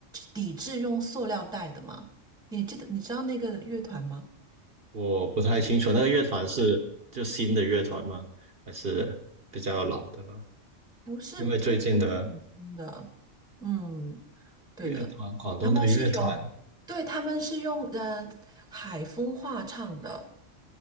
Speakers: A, in the centre; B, on the right.
A: 抵制用塑料袋的嘛？你记得你知道那个乐团吗？
B: 我不太清楚那个乐团是就新的乐团吗？还是比较老的了？
A: 不是不不是挺新的，
B: 因为最近的
A: 嗯。对的，
B: 乐团，广东的乐团
A: 他们是有，对，他们是用呃海风话唱的，